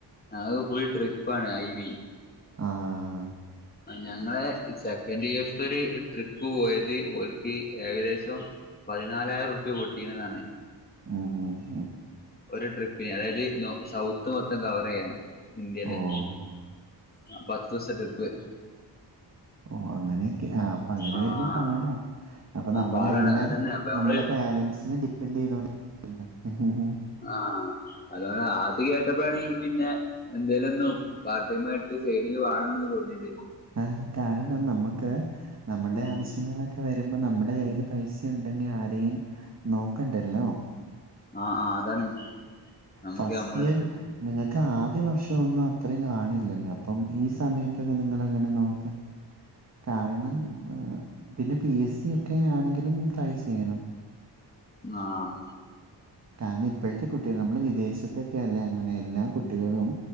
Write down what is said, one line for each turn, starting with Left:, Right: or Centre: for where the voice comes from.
Left: അത് ഫുൾ ട്രിപ്പാണ് ഐ വി
Right: ആഹ്
Left: ഞങ്ങളെ സെക്കൻഡ്യേർസ് ട്രിപ്പ് പോയത് ഓല്ക്ക് ഏകദേശം പതിനാലായിരം റുപ്യ പൊട്ടീനെന്നാറഞ്ഞേ
Right: ഉം ഉം ഉം
Left: ഒരു ട്രിപ്പിന് അതായത് സൗത്ത് മൊത്തം കവറെയ്യാൻ ഇന്ത്യന്റെ
Right: ഓഹ്
Left: ആഹ് പത്ത് ദിവസ ട്രിപ്പ്.
Right: ഓ അങ്ങനെയൊക്കയാ അപ്പൊ അങ്ങനെ
Left: ആഹ്
Right: വരുമ്പോ പാടാ. അപ്പൊ
Left: ആഹ്
Right: നമ്മളെല്ലാം
Left: പാടാണ് അത് തന്നെ അപ്പൊ നമ്മള്
Right: നമ്മുടെ പേരന്റ്സിനെ ഡിപ്പെന്റ് ചെയ്തോണ്ട് <unintelligible>
Left: ആഹ് അതോണ്ട് അത് കേട്ടപ്പോഴാണ് എങ്കി പിന്നെ എന്തേലുമൊന്നു പാർടൈമായിട്ട് സൈഡിൽ വേണംന്ന് തോന്നിയത്
Right: ആഹ് കാരണം നമ്മുക്ക് നമ്മുടെ
Left: ഉം
Right: ആവശ്യങ്ങളൊക്കെ വരുമ്പോ നമ്മുടെ കയ്യിലും പൈസ ഉണ്ടെങ്കി ആരെയും നോക്കണ്ടല്ലോ
Left: ആഹ് ആഹ് അതാണ് നമുക്ക്
Right: ഫസ്റ്റിയൽ
Left: നമ്മളെ ഇഷ്ടത്തിന്
Right: നിങ്ങൾക്ക് ആദ്യ വർഷം ഒന്നും അത്രയും കാണില്ലല്ലോ അപ്പം ഈ സമയത്തൊക്കെ നിങ്ങളെങ്ങനെ നോക്ക് കാരണം പിന്നെ പി എസ് സി ഒക്കെ ആണെങ്കിലും ട്രൈ ചെയ്യണം
Left: ആഹ്
Right: കാരണം ഇപ്പോഴത്തെ കുട്ടികൾ നമ്മള് വിദേശത്തൊക്കെ അല്ലേ അങ്ങനെ എല്ലാ കുട്ടികളും.